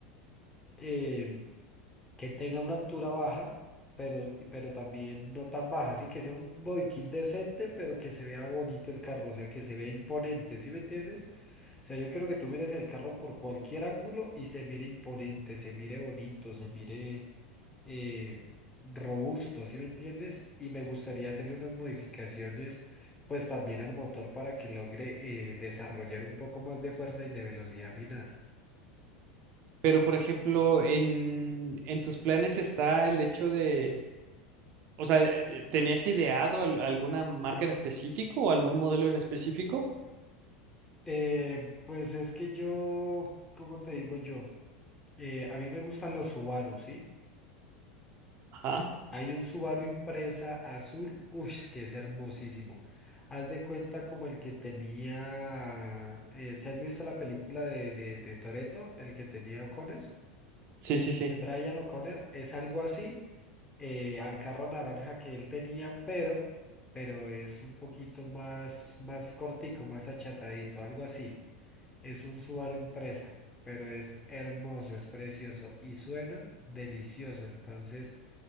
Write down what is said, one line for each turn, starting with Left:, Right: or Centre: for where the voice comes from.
Left: eh, que tenga una altura baja, pero, pero también no tan baja. Así que sea un body kit decente, pero que se vea bonito el carro. O sea, que se vea imponente. ¿Sí me entiendes? O sea, yo quiero que tú mires el carro por cualquier ángulo y se mire imponente, se mire bonito, se mire eh, robusto, ¿sí me entiendes? Y me gustaría hacerle unas modificaciones, pues también al motor para que logre eh, desarrollar un poco más de fuerza y de velocidad final.
Right: Pero por ejemplo, en, en tus planes está el hecho de, o sea, eh, ¿tenías ideado al- alguna marca en específico o algún modelo en específico?
Left: Eh, pues es que yo, ¿cómo te digo yo? Eh, a mí me gustan los Subaru, ¿sí?
Right: Ajá,
Left: Hay un Subaru Impresa azul, uy, que es hermosísimo. Haz de cuenta como el que tenía, eh, ¿si has visto la película de, de, de Toretto? El que tenía O'Connor,
Right: sí, sí, sí.
Left: de Brian O'Connor, es algo así, eh, al carro naranja que él tenía, pero, pero es un poquito más, más cortico, más achatadito, algo así. Es un Subaru Impresa, pero es hermoso, es precioso y suena delicioso, entonces...